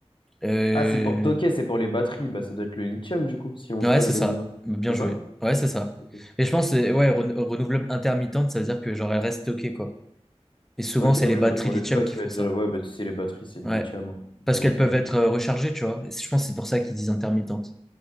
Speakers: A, in the centre; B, on the left.
A: hein. Euh,
B: Ah, c'est pour toquer, c'est pour les batteries. Bah, ça doit être le lithium, du coup, si on
A: Ouais,
B: stocke
A: c'est
B: de
A: ça.
B: l'énergie.
A: Bien
B: C'est
A: joué.
B: ça?
A: Ouais, c'est ça.
B: Ok,
A: Mais je pense que c'est- ouais, ren- renouvelable intermittente, ça veut dire que genre elle reste stockée, quoi. Et souvent,
B: Ok,
A: c'est
B: oui,
A: les batteries
B: bah, pour
A: lithium
B: le stock,
A: qui font
B: euh, dire,
A: ça.
B: ouais, bah, tu sais, les batteries, c'est de
A: Ouais.
B: lithium, hein, le
A: Parce
B: téléphone,
A: qu'elles peuvent être
B: tout ça.
A: euh, rechargées, tu vois. Et je pense que c'est pour ça qu'ils disent intermittente.